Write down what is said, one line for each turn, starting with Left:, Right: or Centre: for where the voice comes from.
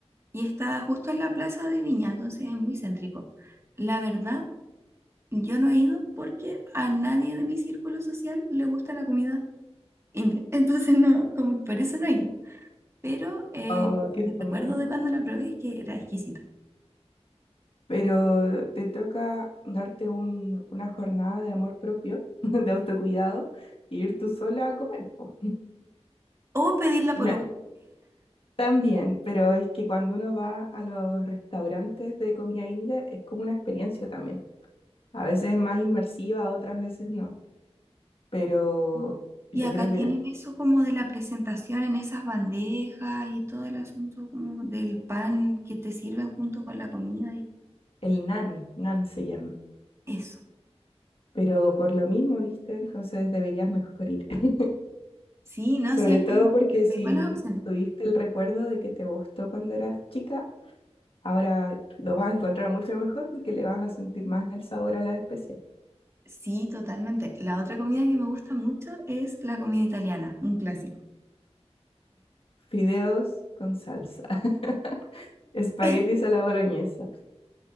Right: y está justo en la plaza de Viña, entonces es muy céntrico. La verdad, yo no he ido porque a nadie de mi círculo social le gusta la comida India. Entonces no, como que por eso no he ido. Pero eh,
Left: Oh,
Right: lo
Left: qué fome.
Right: que recuerdo de cuando la probé es que era exquisita.
Left: pero te toca darte un- una jornada de amor propio, <laughs> de autocuidado, e ir tú sola a comer. po.
Right: O pedirla
Left: Una-
Right: por Uber.
Left: también, pero es que cuando uno va a los restaurantes de comida india es como una experiencia también. A veces es más inmersiva, otras veces no, pero
Right: Mm. <laughs>
Left: yo
Right: Y acá
Left: creo
Right: tienen
Left: que no-
Right: eso como de la presentación en esas bandejas y todo el asunto como del pan que te sirven junto con la comida y
Left: el nan, nan se llama.
Right: eso.
Left: Pero por lo mismo, ¿viste? Entonces deberías mejor ir. <laughs>
Right: Sí, no,
Left: Sobre
Right: sí, acá
Left: todo
Right: hay
Left: porque si
Right: hay buenas opciones.
Left: tuviste el recuerdo de que te gustó cuando eras chica, Ahora lo vas a encontrar mucho mejor porque le vas a sentir más el sabor a la especial.
Right: Sí, totalmente. La otra comida que me gusta mucho es la comida italiana, un clásico.
Left: Fideos con salsa, <laughs> espaguetis
Right: <laughs>
Left: a la boloñesa.